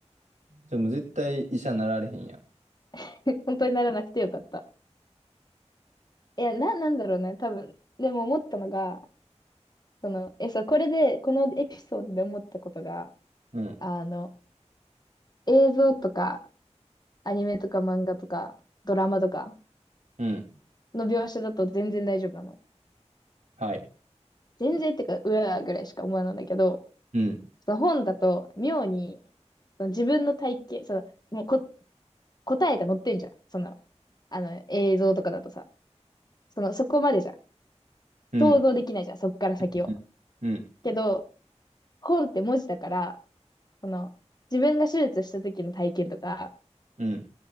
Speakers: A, on the right; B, on the left.
A: じゃあもう絶対医者なられへんやん。
B: <laughs> 本当にならなくてよかった。いや、な、なんだろうね、多分。でも思ったのが、その、え、そう、これで、このエピソードで思ったことが、
A: うん。
B: あの、映像とか、アニメとか漫画とか、ドラマとか
A: うん。
B: の描写だと全然大丈夫なの。
A: はい。
B: 全然ってか、うわーぐらいしか思わないんだけど、
A: うん。
B: その本だと妙に、その自分の体型、その、もうこ、答えが載ってんじゃん。その、あの、映像とかだとさ、その、そこまでじゃん。
A: うん。
B: 想像できないじゃん、そっから先を。
A: うん。うん。
B: けど、本って文字だから、その、自分が手術した時の体験とか、
A: うん